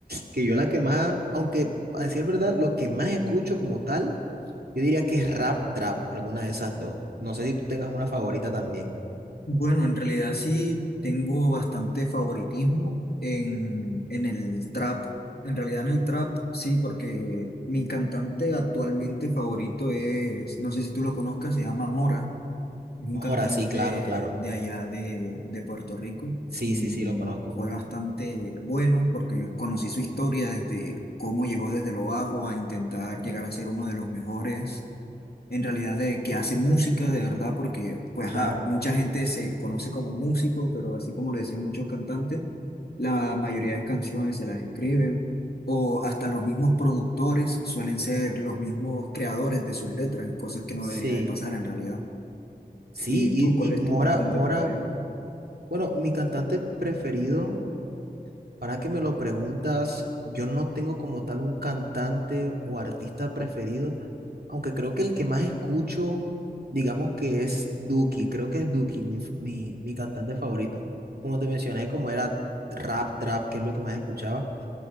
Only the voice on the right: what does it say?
Que yo la que más, aunque a decir verdad, lo que más escucho como tal, yo diría que es rap, trap, alguna de esas dos. No sé si tú tengas una favorita también.
Mora,
sí, claro, claro.
Sí,
sí, sí, lo conozco.
Claro,
sí.
Sí,
y,
y
Mora,
Mora,
bueno, mi cantante preferido. Ahora que me lo preguntas, yo no tengo como tal un cantante o artista preferido, aunque creo que el que más escucho, digamos que es Duki, creo que es Duki, mi, f- mi, mi cantante favorito. Como te mencioné, como era rap, trap, que es lo que más escuchaba,